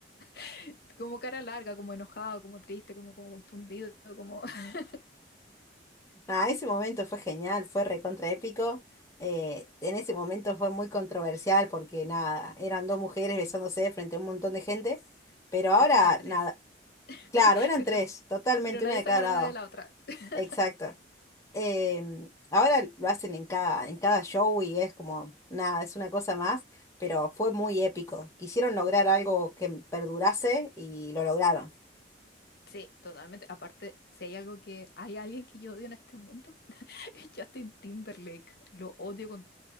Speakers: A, on the left (about 60°); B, on the left (about 15°).
A: <laughs> Como cara larga, como enojado, como triste, como, como confundido, como... <laughs>
B: Nada, ese momento fue genial, fue recontra épico. Eh, en ese momento fue muy controversial porque nada, eran dos mujeres besándose frente a un montón de gente, pero ahora
A: De hecho eran tres,
B: nada,
A: <laughs>
B: Claro, eran
A: pero,
B: tres, totalmente,
A: pero nadie
B: una de
A: se
B: cada
A: acuerda
B: lado.
A: de la otra. <laughs>
B: Exacto. Em, ahora lo hacen en cada, en cada show y es como, nada, es una cosa más, pero fue muy épico. Quisieron lograr algo que perdurase y lo lograron.
A: Sí, totalmente. Aparte, si hay algo que... Hay alguien que yo odio en este mundo, <laughs> es Justin Timberlake. Lo odio con